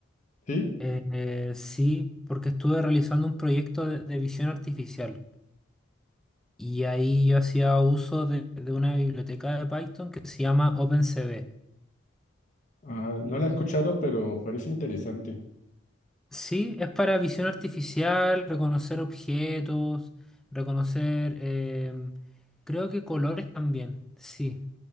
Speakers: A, on the left (about 35°); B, in the centre.
A: Sí,
B: Eh, eh, sí, porque estuve realizando un proyecto de, de visión artificial y ahí yo hacía uso de, de una biblioteca de Python que se llama OpenCV.
A: ah, no lo he escuchado, pero parece interesante.
B: Sí, es para visión artificial, reconocer objetos, reconocer, em, creo que colores también, sí.